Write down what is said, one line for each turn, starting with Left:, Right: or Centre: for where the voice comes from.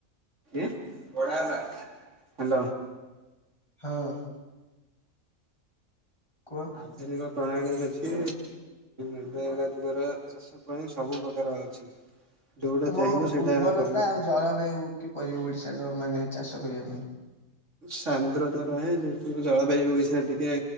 Right: <unintelligible> ହ୍ୟାଲୋ।
Left: ହଁ। କୁହ?
Right: ଆଧୁନିକ ପ୍ରଣାଳୀ ଅଛି ଏବେଗଜୁଗର ଚାଷ ପାଇଁ ସବୁ ପ୍ରକାର ଅଛି। ଯୋଉଟା
Left: ତମ
Right: ଚାହିଁବ ସେଇଟା
Left: ଉର୍ବରତା
Right: କରିବ।
Left: ଆଉ ଜଳବାୟୁ କିପରି ଓଡିଶାର ମାନେ ଚାଷ କରିବା ପାଇଁ?
Right: ସାନ୍ଦ୍ରତା ରହେ ଯେହେତୁ ଜଳବାୟୁ ଓଡିଶା ଟିକେ